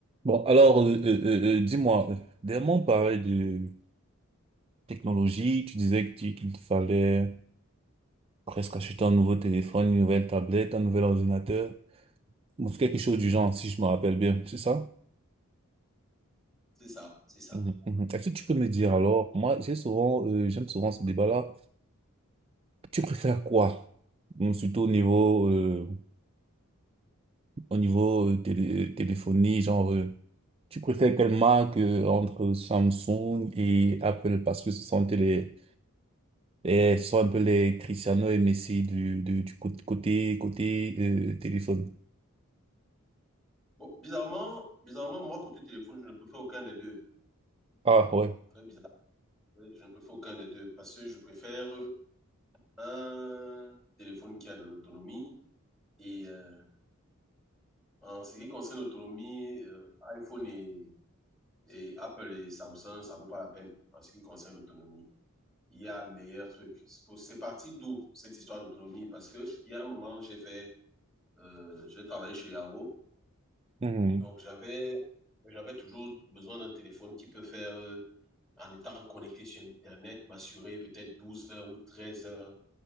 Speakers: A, on the right (about 25°); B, in the centre.
A: Bon, alors, euh, euh, euh, euh, dis-moi, euh, dernièrement, on parlait de technologie. Tu disais que tu- qu'il te fallait presque acheter un nouveau téléphone, une nouvelle tablette, un nouvel ordinateur, ou quelque chose du genre, si je me rappelle bien, c'est ça?
B: C'est ça, c'est ça.
A: Mhm, mhm. Est-ce que tu peux me dire alors, moi, j'ai souvent, euh, j'aime souvent ce débat-là. Tu préfères quoi? Bon, Surtout au niveau, euh, au niveau euh, télé- euh, téléphonie, genre, euh, tu préfères quelle marque euh, entre Samsung et Apple parce que ce sont les Et ce sont un peu les Cristiano et Messi du, du, du cô- côté, côté, euh, téléphone.
B: Bon, bizarrement, bizarrement, moi, côté téléphone, je ne préfère aucun des deux.
A: Ah, ouais.
B: Très bizarre. ouais, Je ne préfère aucun des deux parce que je préfère un téléphone qui a de l'autonomie. Et euh, en ce qui concerne l'autonomie, euh, iPhone et, et Apple et Samsung, ça vaut pas la peine en ce qui concerne l'autonomie. Il y a meilleur truc. C'est pour- c'est parti d'où cette histoire d'autonomie? Parce que il y a un moment, j'ai fait Euh, je travaillais chez Yango.
A: Mhm.
B: Donc, j'avais, j'avais toujours besoin d'un téléphone qui peut faire, euh, en étant connecté sur Internet, m'assurer peut-être 12 heures ou 13 heures